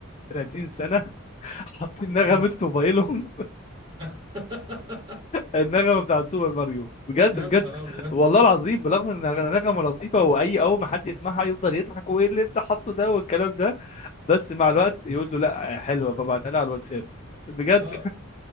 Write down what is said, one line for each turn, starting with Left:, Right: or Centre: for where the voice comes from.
Left: 30 سنه <laughs> حاطين نغمه
Right: <laughs> مم.
Left: موبايلهم
Right: <laughs>
Left: النغمه بتاعت سوبر ماريو بجد
Right: يا
Left: بجد
Right: نهار ابيض
Left: والله العظيم بالرغم ان النغمه لطيفه واي اول ما حد يسمعها يفضل يضحك وايه اللي انت حاطه ده والكلام ده بس
Right: <laughs>
Left: مع
Right: اه
Left: الوقت يقول له لا حلوه فبعتها لها على الواتساب بجد
Right: اه